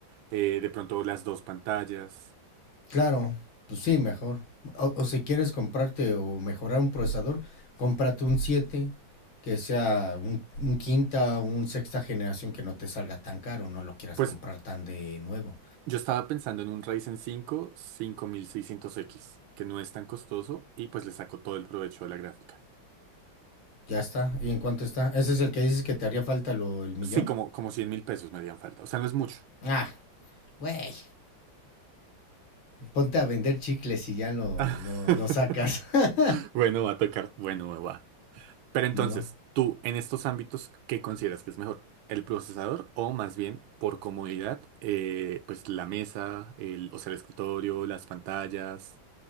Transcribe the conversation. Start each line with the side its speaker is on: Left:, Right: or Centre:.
Right: eh, de pronto las dos pantallas.
Left: Claro, pues sí, mejor. O, o si quieres comprarte o mejorar un procesador, cómprate un 7 que sea un, un quinta o un sexta generación que no te salga tan caro, no lo quieras
Right: Pues
Left: comprar tan de nuevo.
Right: yo estaba pensando en un Ryzen cinco cinco mil seiscientos x que no es tan costoso y pues le saco todo el provecho de la gráfica.
Left: Ya está. ¿Y en cuánto está? ¿Ese es el que dices que te haría falta lo, el millón?
Right: Sí, como, como 100 mil pesos me harían falta. O sea, no es mucho.
Left: Ah, güey, ponte a vender chicles y ya lo,
Right: <laughs>
Left: lo, lo sacas, <laughs>
Right: Bueno, va a tocar. Bueno, va. Pero entonces,
Left: ¿no?
Right: tú en estos ámbitos, ¿qué consideras que es mejor? ¿El procesador o más bien por comodidad, eh, pues la mesa, el, o sea, el escritorio, las pantallas?